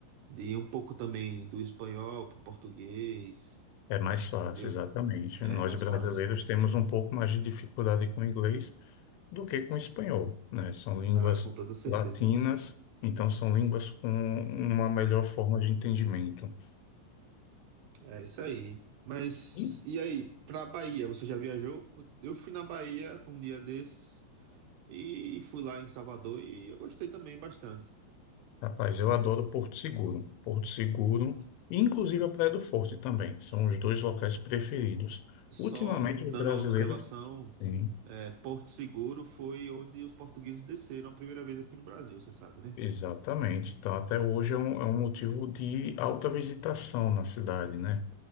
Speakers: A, on the right; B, on the left.
A: de um pouco também do espanhol pro português.
B: É mais fácil,
A: Entendeu?
B: exatamente.
A: É
B: Nós
A: mais
B: brasileiros
A: fácil.
B: temos um pouco mais de dificuldade com o inglês do que com o espanhol, né? São línguas
A: Ah, com toda certeza.
B: latinas, então são línguas com uma melhor forma de entendimento.
A: É isso aí. Mas,
B: E,
A: e aí, pra Bahia, você já viajou? Eu fui na Bahia um dia desses e fui lá em Salvador e eu gostei também bastante.
B: rapaz, eu adoro Porto Seguro. Porto Seguro, e inclusive a Praia do Forte também, são os dois locais preferidos.
A: Só
B: Ultimamente,
A: dando
B: os brasileiros,
A: uma observação,
B: sim,
A: é, Porto Seguro foi onde os portugueses desceram a primeira vez aqui no Brasil, você sabe, né?
B: exatamente. Então, até hoje é um, é um motivo de alta visitação na cidade, né?